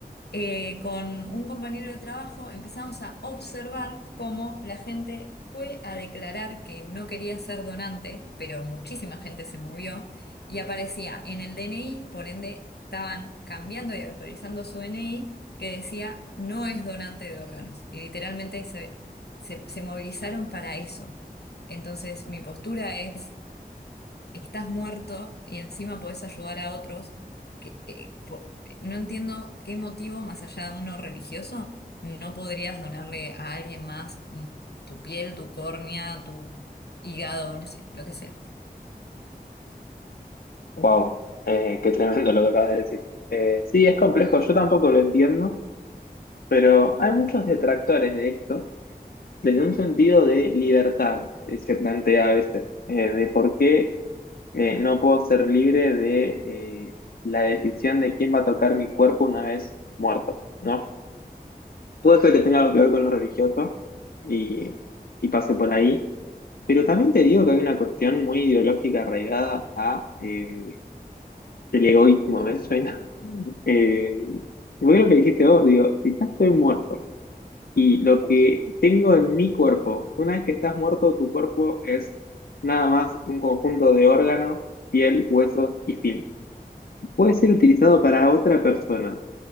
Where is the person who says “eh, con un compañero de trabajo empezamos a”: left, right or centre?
Left